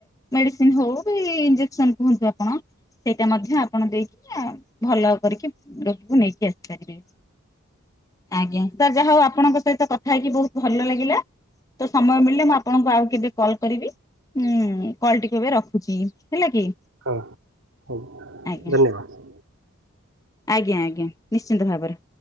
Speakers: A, on the left; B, on the right.
A: ମେଡିସିନ ହଉ ବି ଇଞ୍ଜେସନ କୁହନ୍ତୁ ଆପଣ ସେଇଟା ମଧ୍ୟ ଆପଣ ଦେଇକି ନା ଭଲ କରିକି ରୋଗକୁ ନେଇକି ଆସିପାରିବେ। ଆଜ୍ଞା ତା ଯାହା ହଉ ଆପଣଙ୍କ ସହିତ କଥା ହେଇକି ବହୁତ ଭଲ ଲାଗିଲା। ତ ସମୟ ମିଳିଲେ ମୁଁ ଆପଣଙ୍କୁ ଆଉ କେବେ କଲ୍ କରିବି ଉଁ କଲ ଟିକେ ଏବେ ରଖୁଛି ହେଲା କି।
B: ହଁ ହଉଁ
A: ଆଜ୍ଞା
B: ଧନ୍ୟବାଦ।
A: ଆଜ୍ଞା ଆଜ୍ଞା ନିଶ୍ଚିନ୍ତ ଭାବରେ